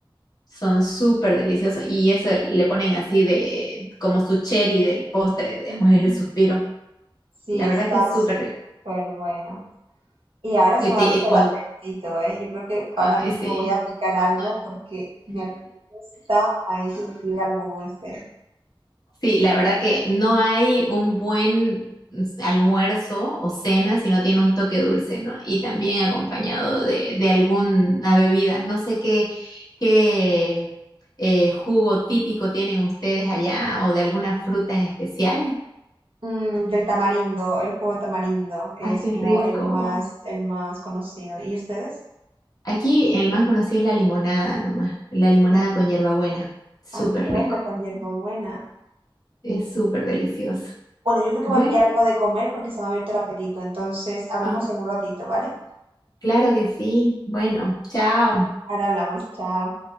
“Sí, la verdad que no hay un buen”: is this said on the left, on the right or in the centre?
Left